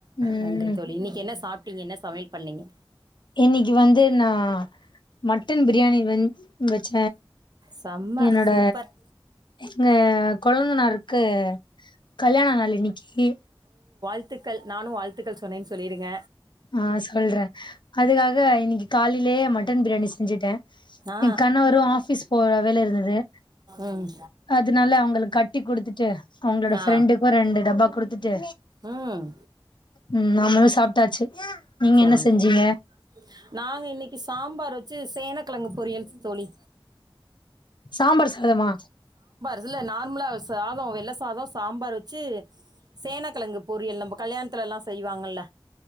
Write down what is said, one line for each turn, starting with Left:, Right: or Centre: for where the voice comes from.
Left: ம்
Right: நன்றி தோழி இன்னிக்கு என்ன சாப்ட்டீங்க என்ன சமையல் பண்ணிங் ணீங்க
Left: இன்னைக்கு வந்து நா மட்டன் பிரியாணி வந் வச்ச
Right: செம்ம
Left: என்னோட
Right: சூப்பர்
Left: எங்க கொழுந்தனார் க்கு கல்யாண நாள் இன்னிக்கி.
Right: த்துக்கள் நானு வாழ்த்துக்கள் சொன்னேன்னு சொல்லிருங்க.
Left: ஆ சொல்ற, அதுக்காக இன்னிக்கி காலைலயே மட்டன் பிரியாணி செஞ்சுட்டே,
Right: ஆ
Left: என் கணவரு ஆபீஸ் போற வேல இருந்துது
Right: ம்
Left: அதனால அவங்களுக்கு கட்டி குடுத்துட்டு அவங்களோட ஃப்ரெண்டுக்கு
Right: ஆ
Left: ரெண்டு டப்பா குடுத்துட்டு
Right: ம்
Left: ம் நாமளும் சாப்ட்டாச்சு. நீங்க
Right: செரிங்க
Left: என்ன செஞ்சீங்க
Right: தோழி, நாங்க இன்னைக்கி சாம்பார் வச்சு சேன கிழங்கு பொரியல் தோழி.
Left: சாம்பார் சாதமா?
Right: அதுல நார்மலா சாதோ வெள்ள சாதம் சாம்பார் வச்சி சேனக்கெழங்கு பொரியல், நம்ம கல்யாணத்துல எல்லா செய்வாங்கல்ல